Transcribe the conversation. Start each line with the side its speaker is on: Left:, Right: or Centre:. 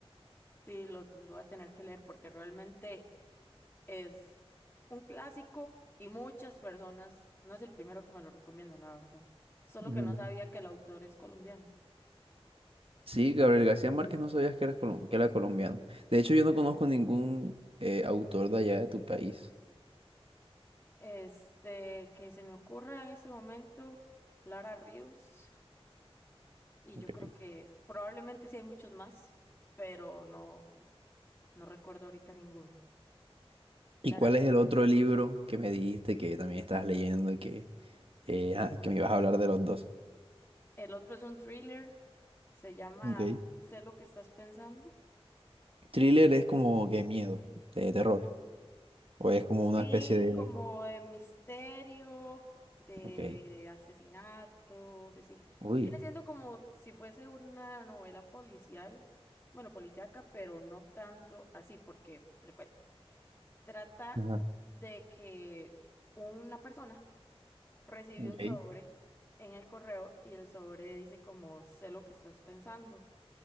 Left: Sí, lo, lo voy a tener que leer porque realmente Es un clásico y muchas personas, no es el primero que me lo recomienda, la verdad. Solo
Right: Mm.
Left: que no sabía que el autor es colombiano.
Right: Sí, Gabriel García Márquez, no sabías que, eras colom- que era colombiano. De hecho, yo no conozco ningún eh, autor de allá de tu país.
Left: Este, que se me ocurre en ese momento, Lara Ríos, y
Right: Ok.
Left: yo creo que probablemente sí hay muchos más, pero no, no recuerdo ahorita ninguno.
Right: ¿Y
Left: Lara
Right: cuál
Left: Ríos.
Right: es el otro libro que me dijiste que también estás leyendo y que, eh, ah, que me ibas a hablar de los dos?
Left: El otro es un thriller, se llama
Right: Ok.
Left: Sé lo que estás pensando.
Right: Thriller es como que miedo, de terror. O es como
Left: Sí,
Right: una especie de.
Left: como de misterio, de
Right: Ok.
Left: asesinatos, así.
Right: Uy.
Left: Viene siendo como si fuese una novela policial, bueno, policíaca, pero no tanto así, porque le cuento. Trata
Right: Ajá.
Left: de que una persona recibió
Right: Ok.
Left: un sobre en el correo y el sobre dice como, sé lo que estás pensando